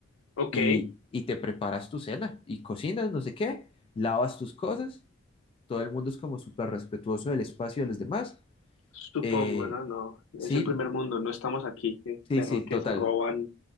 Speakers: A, on the left; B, on the left.
A: ok,
B: y, y te preparas tu cena y cocinas, no sé qué, lavas tus cosas todo el mundo es como súper respetuoso del espacio de los demás.
A: supongo,
B: Eh,
A: no, no,
B: sí,
A: es el primer mundo, no estamos aquí, eh,
B: sí,
A: perro
B: sí,
A: que
B: total.
A: se roban